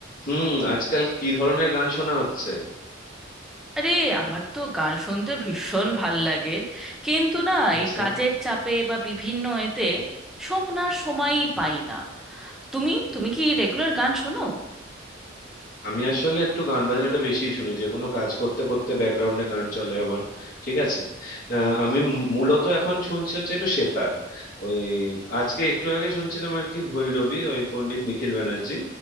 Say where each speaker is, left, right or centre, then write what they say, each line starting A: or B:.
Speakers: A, on the left (about 50°); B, in the centre.
A: হুম আজকাল কি ধরনের গান শোনা হচ্ছে
B: আরে আমার তো গান শুনতে ভীষণ ভাল লাগে কিন্তু না
A: আচ্ছা
B: এই কাজের চাপে বা বিভিন্ন এতে শোনার সময়ই পাই না তুমি তুমি কি রেগুলার গান শোনো
A: আমি আসলে একটু গান বাজনাটা বেশিই শুনি যে কোনো কাজ করতে করতে ব্যাকগ্রাউন্ডে গান চলে আমার ঠিক আছে আহ, আমি মূ- মূলত এখন শুনছি হচ্ছে একটু সেতার ওই আজকে একটু আগে শুনছিলাম আর কি ভৈরবী ওই পণ্ডিত নিখিল ব্যানার্জি